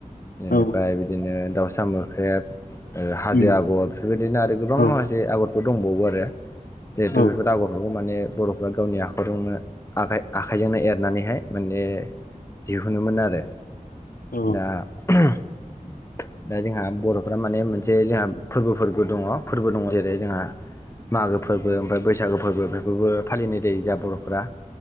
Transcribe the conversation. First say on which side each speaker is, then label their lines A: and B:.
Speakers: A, on the left; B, on the left.
A: बेनिफ्राय
B: औ
A: बिदिनो दाउसा मोख्रेब ओ हाजो
B: उम
A: आगर बेफोर बादिनो आरो गोबां
B: औ
A: माखासे आगरफोर दंबावो आरो। जेथु
B: औ
A: बेफोर आगर माने बर'फ्रा गावनि आखरजोंनो आखाइ आखाइजोंनो एरनानैहाय माने दिहुनोमोन आरो
B: औ
A: दा <inaudible> दा जोंहा बर' फोरा माने मोनसे जाहा फोरबो फोरबो दङ फोरबो दङ। जेरै जोंहा मागो फोरबो ओमफाय बैसागो फोरबो बेफोरखौबो फालिनाय जायो। जाहा बर'फोरा